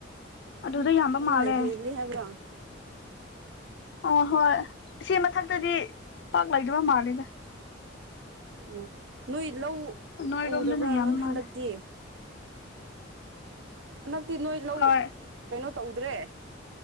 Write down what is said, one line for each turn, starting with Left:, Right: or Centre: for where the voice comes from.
Left: ꯑꯗꯨꯗ ꯌꯥꯝꯕ
Right: ꯑꯗꯨꯅ
Left: ꯃꯥꯜꯂꯦ
Right: ꯍꯦꯜꯂꯤ ꯍꯥꯏꯕ꯭ꯔꯥ ꯑꯣ
Left: ꯑ ꯍꯣꯏ ꯁꯤ ꯃꯊꯛꯇꯗꯤ ꯄꯥꯛ ꯂꯩꯗꯕ ꯃꯥꯂꯦꯗ
Right: ꯑꯣ ꯅꯣꯏ ꯂꯧ
Left: ꯅꯣꯏꯔꯣꯝꯗꯅ
Right: ꯎꯗꯕ꯭ꯔꯥꯥꯟ
Left: ꯌꯥꯝ ꯃꯥꯜꯂꯦ
Right: ꯍꯟꯗꯛꯇꯤ ꯍꯟꯗꯛꯇꯤ ꯅꯣꯏ ꯂꯧ
Left: ꯍꯣꯏ
Right: ꯀꯩꯅꯣ ꯇꯧꯗ꯭ꯔꯦ